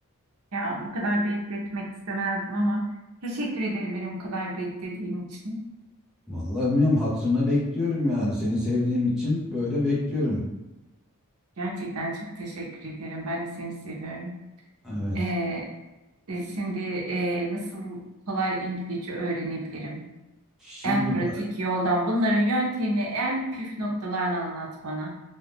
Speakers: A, on the right (about 80°); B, in the centre.
A: Ya bu kadar bekletmek istemezdim ama teşekkür ederim benim bu kadar beklediğin için.
B: Vallahi bilmiyorum hatırına bekliyorum yani. Seni sevdiğim için böyle bekliyorum.
A: Gerçekten çok teşekkür ederim. Ben de seni seviyorum.
B: Evet.
A: Ee, e, şimdi e, nasıl kolay İngilizce öğrenebilirim?
B: Şimdi
A: En pratik
B: bak
A: yoldan bunların yöntemini en püf noktalarını anlat bana.